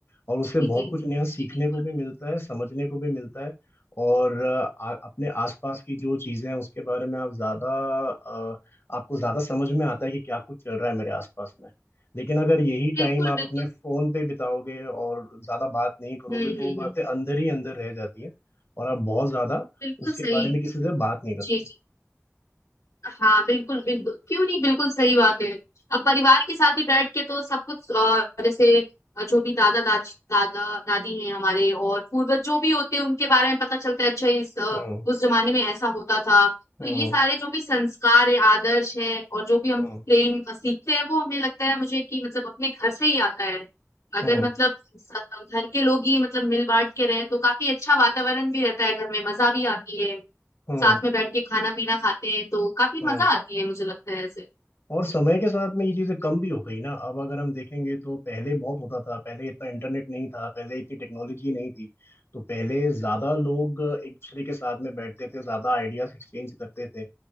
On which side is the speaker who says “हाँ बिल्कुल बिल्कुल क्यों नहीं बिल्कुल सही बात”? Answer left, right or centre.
Left